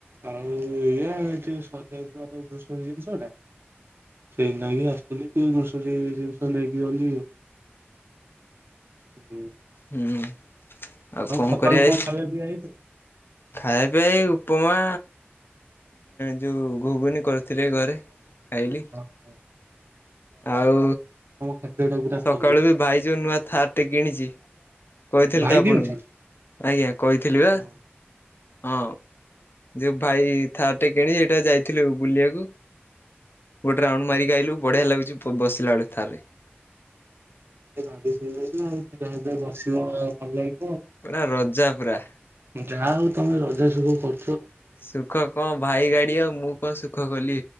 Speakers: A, on the right; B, on the left.
A: ଆଉ ଇ ଯୋଉ ସ ଜିନିଷଟା ସେଇନାକି ଆସିଥିଲି ତିକ ଦଷର ଜିନିଷ ନେଇକି ଗଲି ଆଉ। ହୁଁ।
B: ହୁଁ ଆଉ କଣ
A: ସକାଳୁ
B: କରିବା
A: ଖାଇବା ପିଇବା ହେଇଥିଲା?
B: ଖାଇବା ପିଇବା ଆଇଉ ଉପମା ଯେଉଁ ଘୁଗୁନି କରିଥିଲେ ଘରେ। ଖାଇଲି
A: ହ ହ।
B: ଆଉ
A: ଖାଦ୍ୟ ଟା ପୁରା
B: ସକାଳୁ
A: ଖାଉଛ
B: ବି ଭାଇ ଯୋଉ ନୂଆ ଥାର୍ ଟେ କିଣିଛି କହିଥିଲି
A: ଭାଇ
B: ତ ଆପଣଙ୍କୁ
A: କେମିତି?
B: ଆଜ୍ଞା କହିଥିଲି ବା
A: ହଁ
B: ହଁ। ଯୋଉ ଭାଇ ଥାର୍ଟେ କିଣି ସେଇଟା ଯାଇଥିଲୁ ବୁଲିବାକୁ ଗୋଟେ ରାଉଣ୍ଡ ମାରି ଆଲୁ ବଢିଆ ଲାଗୁଛି ବସିଲା ବେଳେ ଥାର ରେ
A: ଗା ଆଉ ଯାହା ଯା ବସିବ ଭଲ ଲାଗ
B: ପୁରା ରଜା ପୁରା।
A: ଯାହା ହଉ ତମେ ରଜା ସୁଖ କର
B: ସୁଖ କଣ ଭାଇ ଗାଡିଅ ମୁଁ କଣ ସୁଖ କଲି